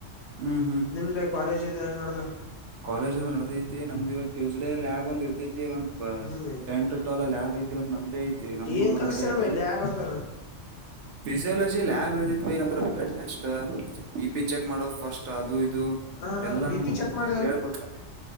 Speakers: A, on the right; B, on the left.
A: ಹ್ಮ್
B: ನಿಮ್ದ ಕಾಲೇಜ ಇದು ಹೆಂಗ ನಡ್ದದ್
A: ಕಾಲೇಜ್ದು ನಡದೈತಿ ನಮ್ದು ಈಗ ಟ್ಯೂಸ್ಡ ಲ್ಯಾಬ್ ಒಂದ ಇರ್ತೈತಿ ಈಗ ಒಂದ್
B: ಹ್ಮ್ ಬೈ
A: ಟೆನ್ ಟು ಟ್ಟಲ್ ಲ್ಯಾಬ್ ಐತಿ ಇವತ್ ನಮ್ದೇ ಐತಿ ನಮ್
B: ಏನ್
A: ರೂಲ್ ನಂಬರ್
B: ಕಲ್ಸ್ತಾರ
A: ಐತಿ
B: ಬೈ ಲ್ಯಾಬ್ ಅಂದ್ರ
A: ಫಿಸಿಯೊಲಜಿ ಲ್ಯಾಬ್ ಇರುತ ಬೈ ಅಂದ್ರೆ blood test B P check ಮಾಡೋದು ಫಸ್ಟ್ ಅದು ಇದು
B: ಹ್ ಹ್
A: ಎಲ್ಲಾ
B: ಬಿ
A: ನಮ್ಗ
B: ಪಿ ಚೆಕ್
A: ಹಿಂಗ
B: ಮಾಡ್
A: ಹೇಳ್ಕೊಡ್ತಾರ